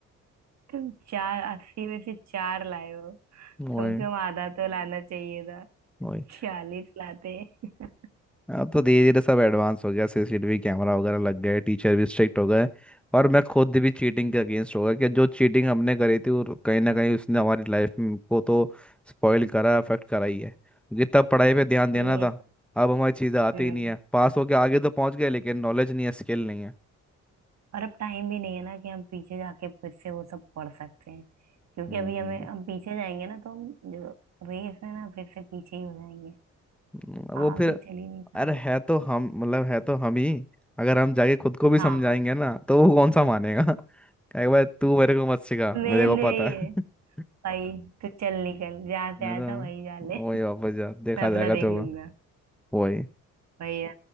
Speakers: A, on the right (about 60°); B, in the centre.
A: तुम चार अस्सी में से चार लाए हो
B: वही
A: कम से कम आधा तो लाना चाहिए था
B: वही
A: छियालीस लाते <laughs>
B: अब तो धीरे धीरे सब एडवांस हो गया सीसीटीवी कैमरा वगैरह लग गए टीचर भी स्ट्रिक्ट हो गए और मैं खुद भी चीटिंग के अगेंस्ट हो गया कि जो चीटिंग हमने करी थी वो कहीं ना कहीं उसने हमारी लाइफ को तो स्पॉइल करा अफेक्ट करा ही है क्योंकि तब पढ़ाई पे ध्यान देना
A: ये
B: था
A: तो-
B: अब हमारी चीज़ें आती
A: हम्म
B: ही नहीं है पास होके आगे तो पहुंच गए लेकिन नॉलेज नहीं है स्किल नहीं है
A: और अब टाइम भी नहीं है ना कि हम पीछे जाके फिर से वो सब पढ़ सकते हैं क्योंकि
B: हम्म
A: अभी हमें हम पीछे जाएंगे ना तो हम जो रेस है ना फिर से पीछे ही हो जाएंगे
B: हम्म, वो
A: आगे
B: फिर
A: चल ही नहीं पाएंगे
B: अरे है तो हम मतलब है तो हम ही अगर हम जाके खुद को भी
A: हाँ
B: समझाएंगे ना तो वो कौन सा मानेगा <laughs> कहेगा भाई तू मेरे को मत सिखा
A: मेन
B: मेरे को
A: यही
B: पता है
A: है
B: <laughs>
A: भाई तू चल निकल जहाँ से
B: मैं
A: आया
B: तो
A: था वही जा ले <laughs>
B: वही वापस जा देखा
A: मैं
B: जाएगा
A: अपना
B: जो
A: देख
B: होगा
A: लूंगा
B: वही
A: भैया